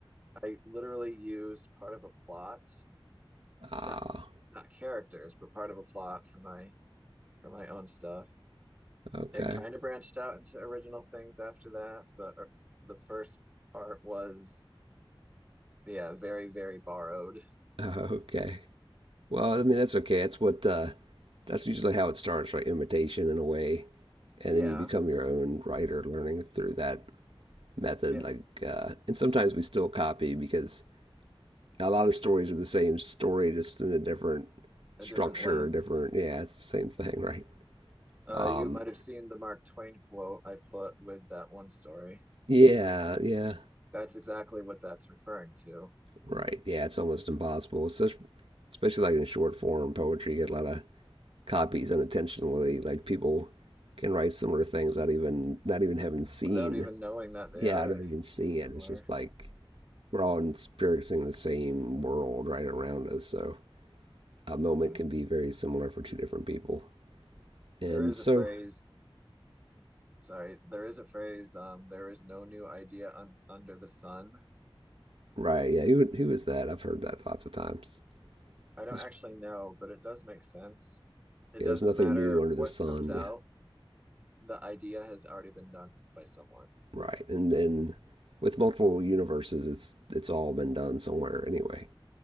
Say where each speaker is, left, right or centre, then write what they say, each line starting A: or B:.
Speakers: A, on the right (about 15°); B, on the right (about 85°).
A: I literally used part of a plot,
B: Ah.
A: not not characters, but part of a plot for my for my own stuff.
B: Okay.
A: It kind
B: <laughs>
A: of branched out into original things after that, but uh, the first part was yeah, very, very borrowed.
B: Okay. Well, I mean that's okay. That's what. Uh, that's usually how it starts, right? Imitation in a way, and
A: Yeah,
B: then you become your own writer, learning through that method.
A: yeah,
B: Like, uh, and sometimes we still copy because a lot of stories are the same story, just in a different
A: a
B: structure,
A: different lens.
B: different. Yeah, it's the same thing, right?
A: Uh,
B: Um,
A: you might have seen the Mark Twain quote I put with that one story.
B: yeah, yeah.
A: That's exactly what that's referring to,
B: Right. Yeah, it's almost impossible. Such, especially like in short form poetry, you get a lot of copies unintentionally. Like people can write similar things not even not even having seen.
A: without even knowing that they
B: Yeah,
A: are
B: not even seeing
A: similar.
B: it. It's just like we're all experiencing the same world right around us. So a moment
A: Mm.
B: can be very similar for two different people. And
A: There is
B: so,
A: a phrase, sorry, there is a phrase, um, there is no new idea un under the sun.
B: right, yeah, who who is that? I've heard that lots of times.
A: I don't
B: Who's,
A: actually know, but it does make sense. It
B: yeah,
A: doesn't
B: there's nothing
A: matter
B: new under
A: what
B: the sun.
A: comes out, the idea has already been done by someone.
B: Right. And then with multiple universes, it's it's all been done somewhere anyway.